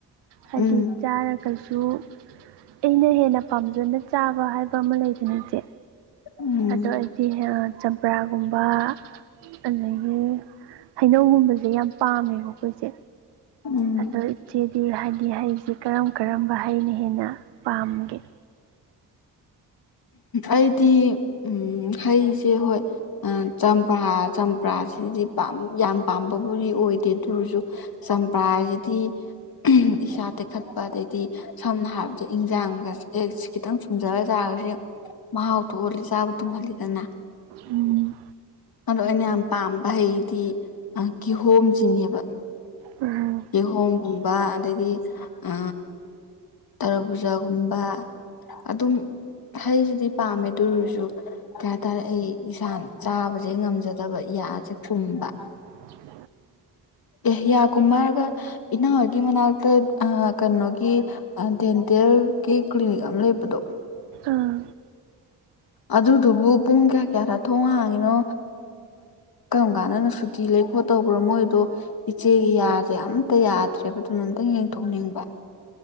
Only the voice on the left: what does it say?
ꯎꯝ
ꯎꯝ
ꯎꯝ
ꯑꯩꯗꯤ ꯍꯩꯁꯦ ꯍꯣꯏ ꯆꯝꯄ꯭ꯔꯥ ꯆꯝꯄ꯭ꯔꯥ ꯑꯁꯤꯗꯤ ꯌꯥꯝ ꯄꯥꯝꯕꯕꯨꯗꯤ ꯑꯣꯏꯗꯦ ꯑꯗꯨꯑꯣꯏꯔꯁꯨ ꯆꯝꯄ꯭ꯔꯥꯁꯤꯗꯤ ꯏꯁꯥ ꯇꯦꯛꯈꯠꯄ ꯑꯗꯩꯗꯤ ꯁꯝꯅ ꯍꯥꯏꯔꯕꯗ ꯏꯟꯖꯥꯡꯒꯥꯁꯦ ꯈꯤꯇꯪ ꯊꯨꯝꯖꯔ ꯆꯥꯔꯁꯦ ꯃꯍꯥꯎ ꯊꯣꯛꯍꯜꯂꯤ ꯆꯥꯕ ꯇꯨꯝꯍꯜꯂꯤꯗꯅ
ꯑꯗꯣ ꯑꯩꯅ ꯌꯥꯝ ꯄꯥꯝꯕ ꯍꯩꯗꯤ ꯀꯤꯍꯣꯝꯖꯤ ꯅꯦꯕ
ꯀꯤꯍꯣꯝꯒꯨꯝꯕ ꯑꯗꯒꯤ ꯑ ꯇꯔꯕꯨꯖꯥ ꯒꯨꯝꯕ ꯑꯗꯨꯝ ꯍꯩꯁꯤꯗꯤ ꯄꯥꯝꯃꯦ ꯑꯗꯨ ꯑꯣꯏꯔꯁꯨ ꯀꯩ ꯍꯥꯏꯇꯥꯔꯦ ꯑꯩ ꯏꯁꯥꯅ ꯆꯥꯕꯁꯦ ꯉꯝꯖꯗꯕ ꯌꯥꯁꯦ ꯊꯨꯝꯕ
ꯑꯦ ꯌꯥꯀꯨꯝꯕ ꯍꯥꯏꯔꯒ ꯏꯅꯝꯃꯥꯒꯤ ꯃꯅꯥꯛꯇ ꯑ ꯀꯅ‌ꯣꯒꯤ ꯗꯦꯟꯇꯜ ꯒꯤ ꯀꯂꯤꯅꯤꯛ ꯑꯃ ꯂꯩꯕꯗꯣ
ꯑꯗꯨꯗꯨꯕꯨ ꯄꯨꯡ ꯀꯌꯥ ꯀꯌꯥꯗ ꯊꯣꯡ ꯍꯥꯡꯉꯤꯅꯣ ꯀꯔꯝ ꯀꯥꯟꯗꯅ ꯁꯨꯇꯤ ꯂꯩꯕꯅꯣ ꯇꯧꯕ꯭ꯔꯣ ꯃꯣꯏꯗꯣ ꯏꯆꯦꯒꯤ ꯌꯥꯁꯦ ꯑꯝꯇ ꯌꯥꯗ꯭ꯔꯦꯕ ꯑꯗꯨꯅ ꯑꯝꯛꯇꯪ ꯌꯦꯡꯊꯣꯛꯅꯤꯡꯕ